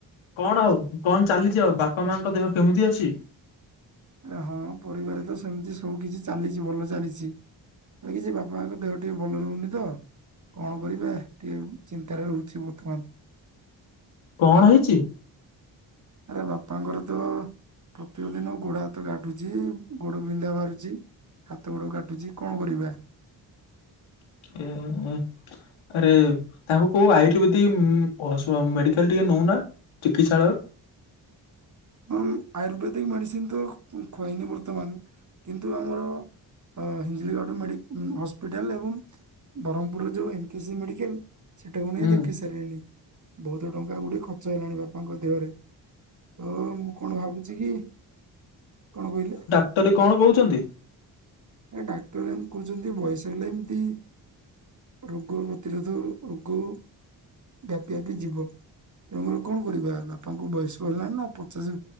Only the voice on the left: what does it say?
କଣ ଆଉ କଣ ଚାଲିଚି ଆଉ, ବାପା ମାଙ୍କ ଦେହ କେମିତି ଅଛି?
କଣ ହେଇଚି?
<inaudible> ଆରେ ତାଙ୍କୁ କୋଉ ଆୟୁର୍ବେଦିକ <unintelligible> ମେଡିକାଲ୍ ଟିକେ ନଉନା। ଚିକିତ୍ସାଳୟ।
ହୁଁ
<unintelligible> କଣ କହୁଚନ୍ତି?